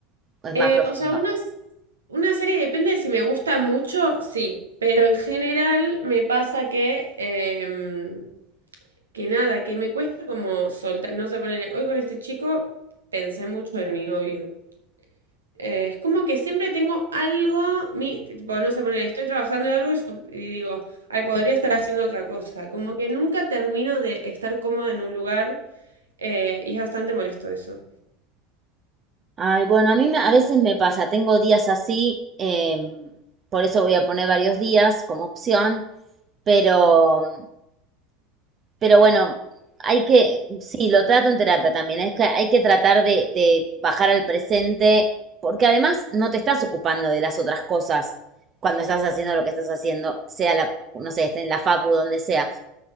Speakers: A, on the right; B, on the right.
A: o es
B: Eh,
A: más profundo?
B: o sea, una, una serie depende de si me gusta mucho, sí, pero en general me pasa que, em, que nada, que me cuesta como soltar, no sé, poner, hoy con este chico pensé mucho en mi novio. Eh, es como que siempre tengo algo, mi, tipo, no sé, poner, estoy trabajando en algo y digo, ay, podría estar haciendo otra cosa. Como que nunca termino de estar cómoda en un lugar eh, y es bastante molesto eso.
A: Ay, bueno, a mí me- a veces me pasa, tengo días así, em, por eso voy a poner varios días como opción, pero Pero bueno, hay que, sí, lo trato en terapia también, es que hay que tratar de, de bajar al presente, porque además no te estás ocupando de las otras cosas cuando estás haciendo lo que estás haciendo, sea la, no sé, esté en la facu, donde sea.